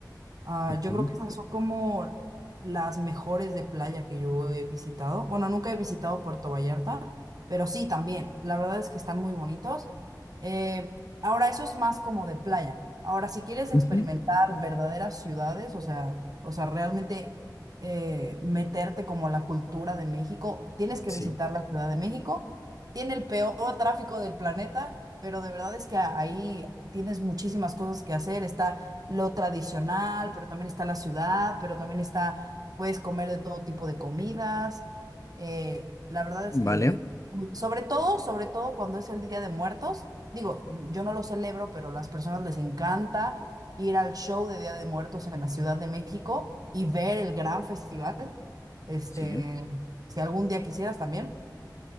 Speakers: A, on the right; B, on the left.
A: Ah,
B: Ujú,
A: yo creo que esas son como las mejores de playa que yo he visitado. Bueno, nunca he visitado Puerto Vallarta, pero sí también. La verdad es que están muy bonitos. Eh, ahora, eso es más como de playa. Ahora, si quieres experimentar
B: ujú,
A: verdaderas ciudades, o sea, o sea, realmente eh, meterte como a la cultura de México, tienes que
B: Sí,
A: visitar la Ciudad de México. Tiene el peor tráfico del planeta, pero de verdad es que ahí tienes muchísimas cosas que hacer. Está lo tradicional, pero también está la ciudad, pero también está, puedes comer de todo tipo de comidas. Eh, la verdad es
B: vale.
A: que, sobre todo, sobre todo cuando es el Día de Muertos, digo, yo no lo celebro, pero a las personas les encanta ir al show de Día de Muertos en la Ciudad de México y ver el gran festival. Este,
B: Sí.
A: si algún día quisieras también.